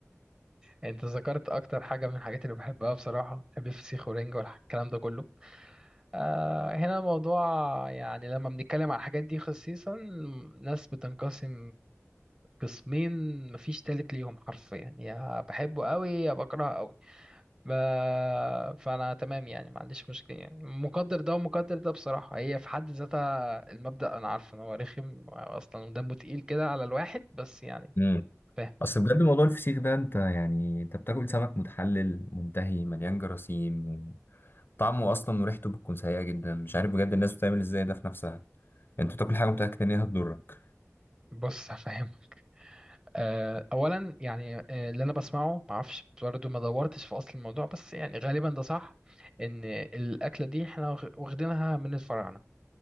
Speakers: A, on the right; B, on the left.
A: انت ذكرت اكتر حاجة من الحاجات اللي بحبها بصراحة بحب الفسيخ ورنج والكلام ده كله أه هنا الموضوع يعني لما بنتكلم على الحاجات دي خصيصا ناس بتنقسم قسمين مفيش تالت ليهم حرفيا يا بحبه قوي يا بكرهه قوي ب... فانا تمام يعني ما عنديش مشكله يعني مقدر ده ومقدر ده بصراحه هي في حد ذاتها المبدا انا عارف ان هو رخم اصلا ودمه تقيل كده على الواحد بس يعني
B: امم
A: فاهم
B: اصل بجد موضوع الفسيخ ده انت يعني انت بتاكل سمك متحلل منتهي مليان جراثيم طعمه اصلا وريحته بتكون سيئه جدا مش عارف بجد الناس بتعمل ازاي ده في نفسها انت بتاكل حاجه متاكد ان هي هتضرك
A: <laughs> بص هفهم أه اولا يعني آه، اللي انا بسمعه ما اعرفش برضه ما دورتش في اصل الموضوع بس يعني غالبا ده صح ان الاكله دي احنا واخ- واخدينها من الفراعنه